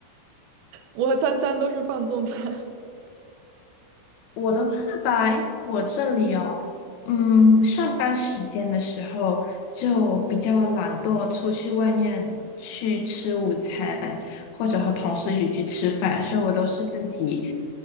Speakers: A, on the right (about 75°); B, on the left (about 80°).
A: 我餐餐都是放纵餐
B: 我的话吧，我这里哦，嗯，上班时间的时候就比较懒惰，出去外面去吃午餐，或者和同事一起去吃饭，所以我都是自己